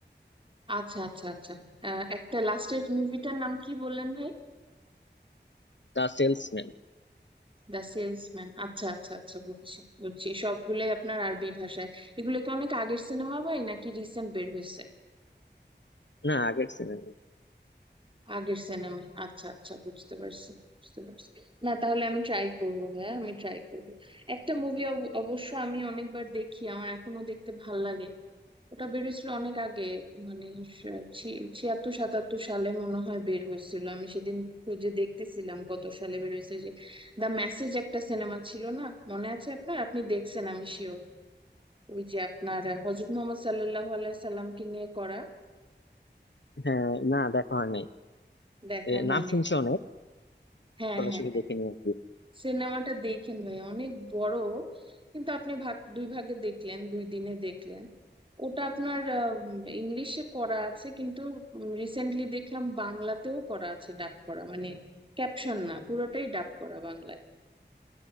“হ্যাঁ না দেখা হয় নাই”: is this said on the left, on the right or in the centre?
Left